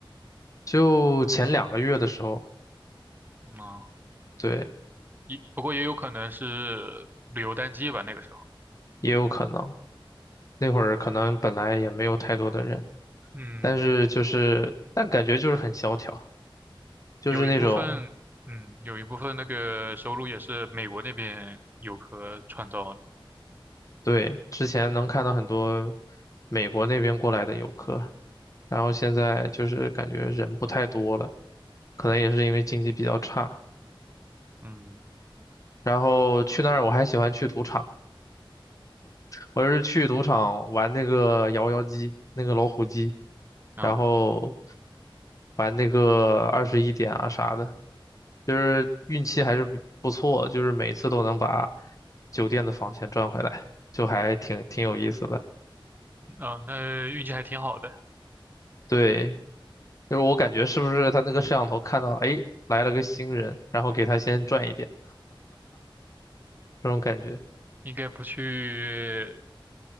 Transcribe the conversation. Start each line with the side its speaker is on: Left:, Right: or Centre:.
Left: 就前两个月的时候，
Right: 嗯，
Left: 对，
Right: 也不过也有可能是旅游淡季吧，那个时候。
Left: 也有可能，那会儿可能本来也没有太多的人，
Right: 嗯，
Left: 但是就是，但感觉就是很萧条，就是那种，
Right: 有一部分，嗯，有一部分那个收入也是美国那边游客创造的。
Left: 对，之前能看到很多美国那边过来的游客，然后现在就是感觉人不太多了，可能也是因为经济比较差。
Right: 嗯，
Left: 然后去那儿我还喜欢去赌场。我是去赌场玩那个摇摇机，那个老虎机，
Right: 啊、
Left: 然后玩那个二十一点啊啥的，就是运气还是比不错，就是每次都能把酒店的房钱赚回来，就还挺挺有意思的。
Right: 啊、那运气还挺好的，
Left: 对，就是我感觉是不是他那个摄像头看到，哎，来了个新人，然后给他先赚一点这种感觉。
Right: 应该不去